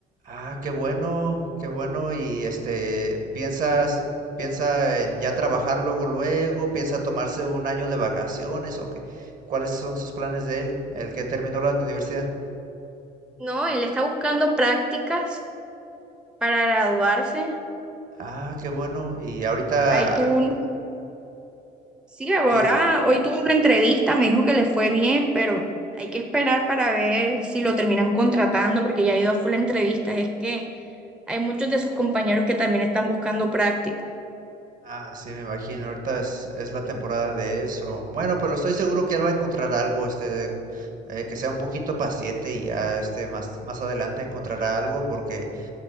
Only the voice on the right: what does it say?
Ah, qué bueno, qué bueno. Y este, ¿piensas, piensa en ya trabajar luego, luego? ¿Piensa tomarse un año de vacaciones o qué? ¿Cuáles son sus planes de él, el que terminó la universidad?
Ah, qué bueno. Y ahorita,
ti-
Ah, sí, me imagino. Ahorita es, es la temporada
de eso. Bueno, pero estoy seguro que él va a encontrar algo, este, de- eh, que sea un poquito paciente y ya, este, más, más adelante encontrará algo porque